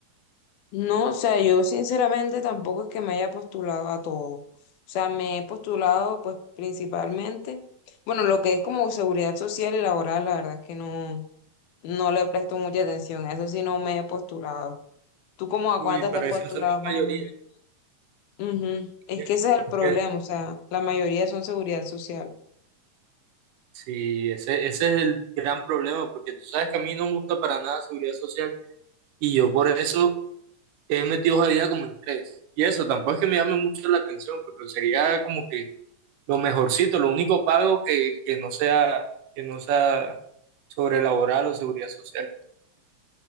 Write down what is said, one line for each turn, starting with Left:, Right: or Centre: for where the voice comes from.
Left: no, o sea, yo sinceramente tampoco es que me haya postulado a todo. O sea, me he postulado pues principalmente, bueno, lo que es como seguridad social y laboral, la verdad es que no, no le presto mucha atención, a eso sí no me he postulado. ¿Tú como a
Right: Uy,
Left: cuántas
Right: pero
Left: te has postulado
Right: eso es la mayoría.
Left: más o menos? Ujú, Es
Right: Es
Left: que ese es el problema,
Right: que
Left: o sea, la mayoría son seguridad social.
Right: sí, ese, ese es el gran problema, porque tú sabes que a mí no me gusta para nada seguridad social y yo por eso he metido esa vida como en tres. Y eso tampoco es que me llame mucho la atención, pero sería como que lo mejorcito, lo único pago que, que no sea, que no sea sobre laboral o seguridad social.